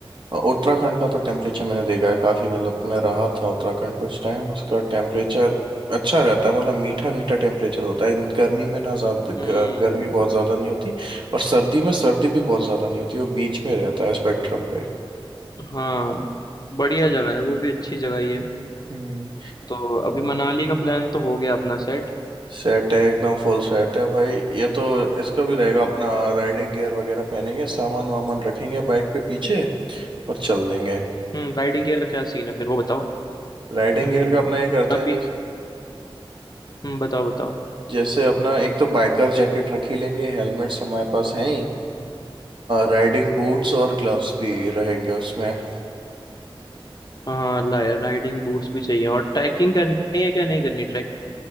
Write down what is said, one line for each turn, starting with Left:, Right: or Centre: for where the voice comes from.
Right: और उत्तराखंड का तो टेम्परेचर मैंने देखा है काफ़ी मतलब मैं रहा था उत्तराखंड कुछ टाइम उसका टेम्परेचर अच्छा रहता है मतलब मीठा मीठा टेम्परेचर होता है गर्मी में ना ज़्यादा ग-
Left: हम्म
Right: गर्मी बहुत ज़्यादा नहीं होती और सर्दी में सर्दी भी बहुत ज़्यादा नहीं होती वो बीच में रहता है स्पेक्ट्रम पे
Left: हाँ बढ़िया जगह है वो भी अच्छी जगह ही है
Right: हम्म
Left: तो अभी मनाली का प्लान तो हो गया अपना सेट
Right: सेट है एकदम फुल
Left: हम्म
Right: सेट है भाई ये तो इसका भी रहेगा अपना राइडिंग गियर वगैरह पहनेंगे सामान वामान रखेंगे बाइक पे पीछे और चल देंगे
Left: हम्म राइडिंग गियर का क्या सीन है फिर वो बताओ
Right: राइडिंग
Left: हम्म
Right: गियर का अपना ये करते
Left: अभी
Right: हैं
Left: हम्म बताओ बताओ
Right: जैसे अपना एक तो बाइकर जैकेट रख ही लेंगे हेलमेट्स हमारे पास हैं ही राइडिंग बूट्स और ग्लव्स भी रहेंगे उसमें
Left: हाँ ला- राइडिंग बूट्स भी चाहिए और ट्रैकिंग करनी है क्या नहीं करनी